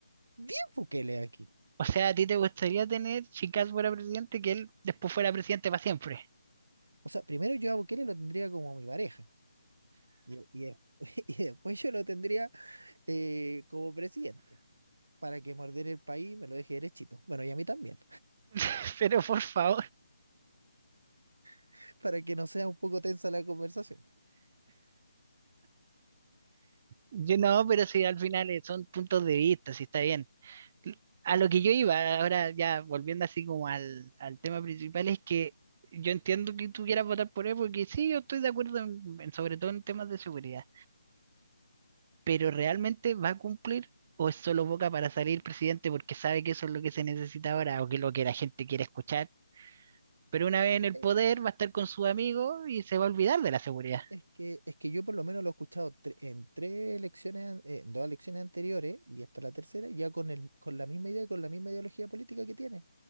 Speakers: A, on the right; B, on the right.
A: 10 Bukele aquí.
B: O sea, a ti te gustaría tener, si Kast fuera presidente, que él después fuera presidente para siempre.
A: O sea, primero yo a Bukele lo tendría como mi pareja y, y <laughs> y después yo lo tendría eh, como presidente para que morder el país y me lo deje derechito. Bueno, y a mí también,
B: <laughs> Pero por favor,
A: <laughs> para que no sea un poco tensa la conversación.
B: yo no, pero si al final eh, son puntos de vista, si está bien. A lo que yo iba, ahora ya volviendo así como al, al tema principal, es que yo entiendo que tú quieras votar por él, porque sí, yo estoy de acuerdo, en- en- sobre todo en temas de seguridad pero ¿realmente va a cumplir? ¿O es solo boca para salir presidente porque sabe que eso es lo que se necesita ahora o que es lo que la gente quiere escuchar? Pero una vez en el
A: Eh,
B: poder va a estar con sus amigos y se va a olvidar de la seguridad.
A: Es que, es que yo por lo menos lo he escuchado tre- en tres elecciones, an- eh, en dos elecciones anteriores y hasta la tercera, ya con, el, con la misma idea y con la misma ideología política que tiene.